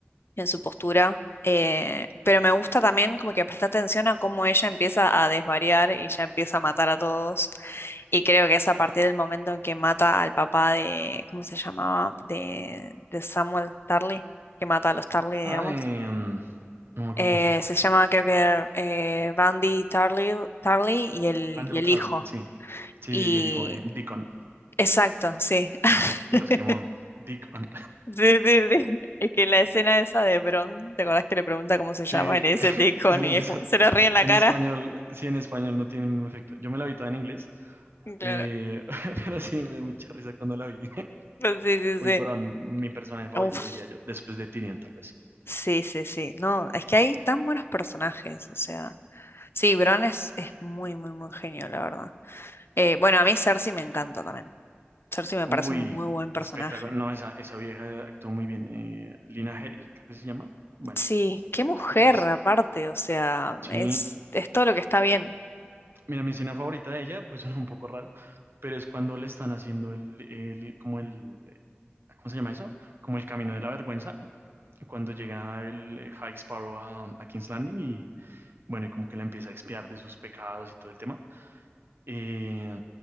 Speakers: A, on the left; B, on the right.
A: en su postura. eh, pero me gusta también como que presta atención a cómo ella empieza a desvariar y ya empieza a matar a todos. Y creo que es a partir del momento en que mata al papá de, ¿cómo se llamaba? De, de Samuel Tarly, que mata a los Tarly, digamos.
B: Ah, eh, mm, no me acuerdo
A: Eh,
B: cómo se llama.
A: se llama creo que eh, Randy Tarly, Tarly y el,
B: Randall
A: y el
B: Tarn,
A: hijo.
B: sí. Sí,
A: Y
B: sí, sí, el hijo de Deacon,
A: exacto, sí. <laughs>
B: se los quemó. Deacon.
A: Sí, sí, sí. <laughs> Es que la escena esa de Bron, ¿te acordás que le pregunta cómo se
B: Sí,
A: llama?
B: que,
A: Y le dice
B: <laughs>
A: Deacon
B: que- se le
A: y
B: empieza.
A: es como-
B: a-
A: se le ríe en la
B: En
A: cara.
B: español, sí, en español no tiene el mismo efecto. Yo me la vi toda en inglés,
A: <laughs> Claro.
B: eh, <laughs> pero sí me dio mucha risa cuando la vi. <laughs>
A: Sí, sí,
B: Uy,
A: sí.
B: Bron, mi personaje favorito,
A: Uf,
B: diría yo, después de Tyrion, tal vez.
A: sí, sí, sí. No, es que hay tan buenos personajes, o sea. Sí, Bron es, es muy, muy, muy genio, la verdad. Eh, bueno, a mí Cersei me encanta también. Cersei me
B: Uy,
A: parece un muy buen personaje.
B: espectáculo. No, esa, esa vieja actuó muy bien. Eh, Lina Headey, creo que se llama. Bueno,
A: Sí, qué
B: la,
A: mujer
B: la actriz es.
A: aparte, o sea,
B: Sí.
A: es, es todo lo que está bien.
B: Mira, mi escena favorita de ella, pues suena un poco raro, pero es cuando le están haciendo el, el, como el, ¿cómo se llama eso? Como el camino de la vergüenza cuando llega el eh, High Sparrow a, a King's Landing y bueno, y como que la empieza a expiar de sus pecados y todo el tema. Eh,